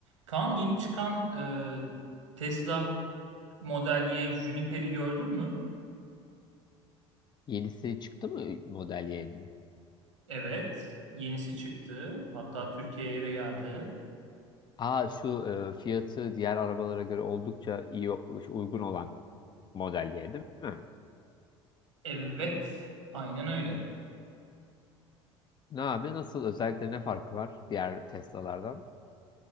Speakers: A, on the right; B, on the left.
A: Kaan yeni çıkan e, Tesla Model Y Juniper'i gördün mü?
B: Yenisi çıktı mı model Y'nin?
A: Evet. Yenisi çıktı. Hatta Türkiye'ye de geldi.
B: Aa şu e, fiyatı diğer arabalara göre oldukça iyi uygun olan model Y değil mi?
A: Evet. Aynen öyle.
B: Ne abi nasıl özellikle ne farkı var diğer Tesla'lardan?